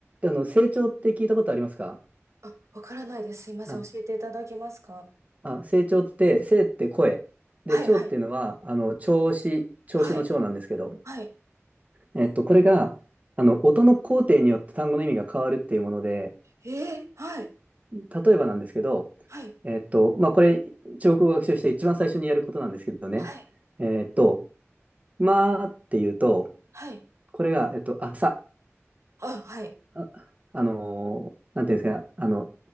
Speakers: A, on the right (about 30°); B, on the right (about 75°).
A: あの、成長って聞いたことありますか
B: あ、わからないです。すいません。
A: あ、
B: 教えていただけますか
A: あ、成長って、生って声。で、
B: はい、
A: 長っていうのは、
B: はい、
A: あの、調子、調子の長なんですけど、
B: はい、はい。
A: えっと、これが、あの、音の工程によって単語の意味が変わるっていうもので、
B: えー、はい、
A: 例えばなんですけど、
B: はい、
A: えっと、まあ、これ、中国語を学習して一番最初にやることなんですけどね、
B: はい、
A: えっと、まあっていうと、
B: はい。
A: これが、えっと、朝、
B: あ、はい。
A: あ、あのーなんていうんですか、あの、